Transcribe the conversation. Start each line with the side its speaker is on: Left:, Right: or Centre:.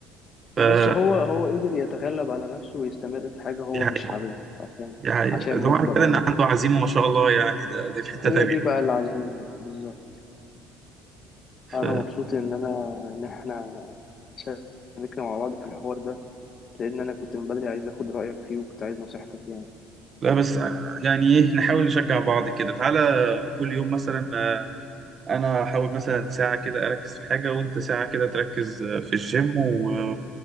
Right: فدي
Left: بس هو هو قدر يتغلب على نفسه ويستمر في حاجة هو
Right: حقيقة
Left: مش حاببها عشان
Right: دي حقيقة
Left: عشان مجبر
Right: ده معنى كده
Left: عليها
Right: ان عنده عزيمة ما شاء الله يعني ده دي في حتة
Left: هي
Right: تانية
Left: دي بقى العزيمة بالظبط
Right: ف...
Left: انا مبسوط ان انا ان احنا شاركنا مع بعض في الحوار ده لان انا كنت من بدري عايز اخد رايك فيه وكنت عايز نصيحتك يعني
Right: لا بس يعني ايه نحاول نشجع بعض كده تعالى كل يوم مثلا آه، انا هحاول مثلا ساعة كده اركز في حاجة وانت ساعة كده تركز آه، في الجيم و... آه،